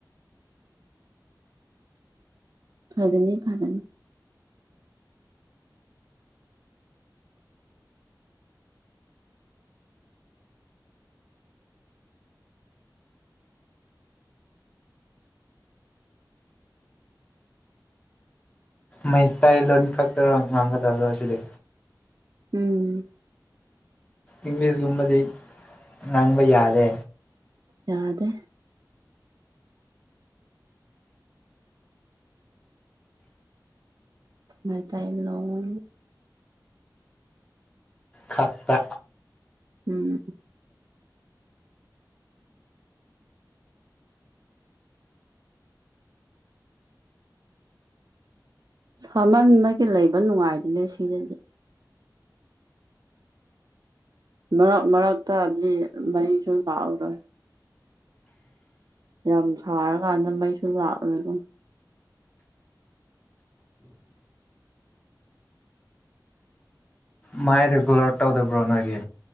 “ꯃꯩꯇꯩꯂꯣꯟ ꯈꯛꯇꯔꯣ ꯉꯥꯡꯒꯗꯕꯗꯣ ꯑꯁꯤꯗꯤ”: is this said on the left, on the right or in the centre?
Left